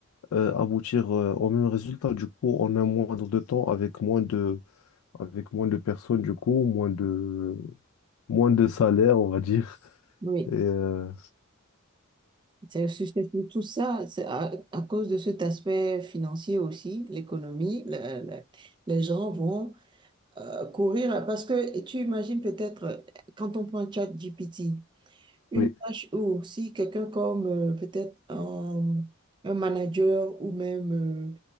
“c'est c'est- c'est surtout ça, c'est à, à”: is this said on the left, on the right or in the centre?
Right